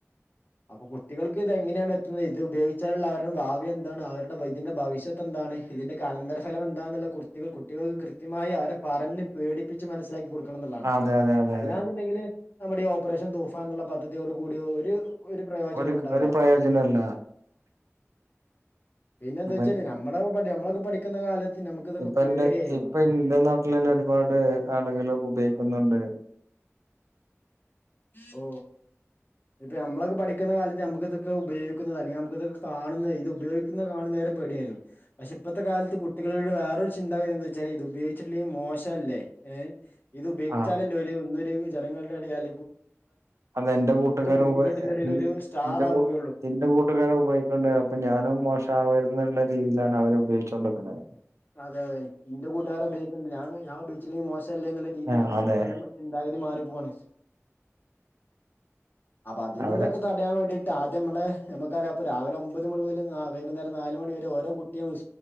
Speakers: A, on the left; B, on the right.
A: അപ്പൊ കുട്ടികൾക്ക് ഇത എങ്ങനെയാണ് എത്തുന്നത് ഇത് ഉപയോഗിച്ചാലുള്ള അവരുടെ ഭാവി എന്താണ് അവരുടെ ഇതിന്റെ ഭവിഷ്യത്ത് എന്താണ് ഇതിന്റൊക്കെ അനന്തരഫലം എന്താന്നുള്ള കുർത്തികൾ കുട്ടികൾക്ക് കൃത്യമായി അവരെ പറഞ്ഞ് പേടിപ്പിച്ച് മനസ്സിലാക്കി കൊ ണുള്ളതാണ്
B: അതെ അതെ അതെ
A: അല്ലാന്നുണ്ടെങ്കിൽ നമ്മുടെ ഈ ഓപ്പറേഷൻ തൂഫാൻ എന്നുള്ള പദ്ധതിയോട് കൂടി ഒരു പ്രയോജനവും
B: ഒരു
A: ഉണ്ടാവില്ല
B: ഒരു പ്രയോജനംല്ല
A: പിന്നെന്താ
B: ഇപ്പ
A: വച്ചല് നമ്മുടെ നമ്മളൊക്കെ പഠിക്കുന്ന കാലത്ത് നമുക്ക് ഇതൊക്കെ
B: ഇപ്പ
A: പേടിയായിരുന്നു
B: എന്റെ ഇപ്പൊ എന്റെ നാട്ടിൽ തന്നെ ഒരുപാട് ആളുകൾ ഉപയോഗിക്കുന്നുണ്ട്
A: ഓ ഇപ്പൊ നമ്മളൊക്കെ പഠിക്ക കാലത്ത് നമക്ക ഇതൊക്കെ ഉപയിക്കുന്നത്ല്ലങ്കിൽ നമുക്കതൊക്കെ കാണുന്നത് ഇത് ഉപയോഗ കാണുന്നവരെ പേടിയായിരുന്നു പക്ഷെ ഇപ്പത്തെ കാലത്ത് കുട്ടികളട് വേറൊരു ചിന്താതിന്താ വച്ചല് ഇത് ഉപയോഗിച്ചിട്ടില്ലെങ്കി മോശം -- ല്ലേ ഇത് ഉപയോഗിച്ചാലല്ലേ
B: ആ
A: ഒരു ഇന്നൊരു ജനങ്ങളുടെ എടയിൽ
B: അത എന്റെ കൂട്ടുകാരും
A: കൂട്ടുകെട്ടിന്റെ
B: ഉപ
A: ഇടയിൽ ഒരു സ്റ്റാർ
B: ഇന്റെ
A: ആവുകയുള്ളൂ
B: കൂ നിന്റെ കൂട്ടുകാരും ഉപയോഗിക്കണ്ട് അപ്പൊ ഞാനും മോശ ആകുന്നുള്ള രീതിയിലാണ് അവര് ഉപയോഗിച്ചുകോണ്ടിക്കുന്നത്
A: അതെ അതെ എന്റെ കൂട്ടുകാരടെ ഉപയോക്ക്ക്കുണ്ട് ഞാൻ ഉപയോഗിച്ചില്ലങ്കി മോശം അല്ലെ എന്നുള്ള രീതിയിലേക്ക്
B: ആ അതെ
A: കുട്ടികളുടെ ചിന്താഗതി മാറി പോവാണ് അപ്പൊ അതിൽ
B: അവരെ
A: നിന്നൊക്കെ അ അടയാൻ വേണ്ടിയിട്ട് ആദ്യ നമ്മ നമുക്കറിയാംപ്പോ രാവിലെ ഒമ്പത് മണി മുതൽ വൈകുന്നേരം നാലുമണിവ വരെ ഓരോകുട്ടിയും